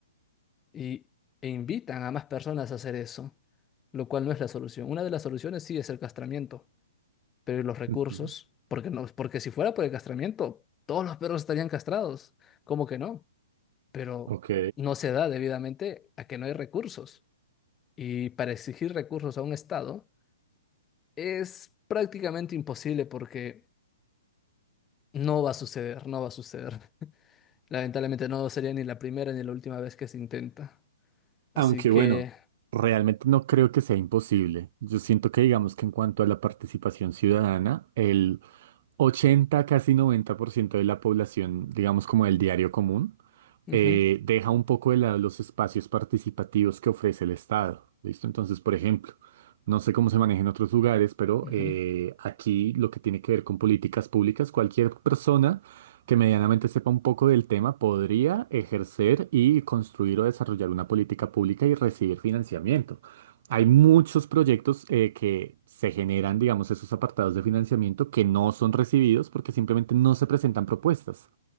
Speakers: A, on the left; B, on the right.
A: y, e invitan a más personas a hacer eso, lo cual no es la solución. Una de las soluciones sí es el castramiento, pero ¿y los recursos?
B: Ujú.
A: Porque no, porque si fuera por el castramiento, todos los perros estarían castrados. ¿Cómo que no? Pero
B: Ok.
A: no se da debidamente a que no hay recursos. Y para exigir recursos a un Estado es prácticamente imposible porque no va a suceder, no va a suceder. <laughs> Lamentablemente no sería ni la primera ni la última vez que se intenta. Así
B: Aunque
A: que...
B: bueno, realmente no creo que sea imposible. Yo siento que digamos que en cuanto a la participación ciudadana, el 80 casi 90% de la población, digamos como del diario común,
A: ujú,
B: eh, deja un poco de lado los espacios participativos que ofrece el Estado. ¿Listo? Entonces, por ejemplo, no sé cómo se maneja en otros lugares, pero
A: ujú,
B: eh, aquí lo que tiene que ver con políticas públicas, cualquier persona que medianamente sepa un poco del tema podría ejercer y construir o desarrollar una política pública y recibir financiamiento. Hay muchos proyectos eh, que se generan, digamos, esos apartados de financiamiento que no son recibidos porque simplemente no se presentan propuestas.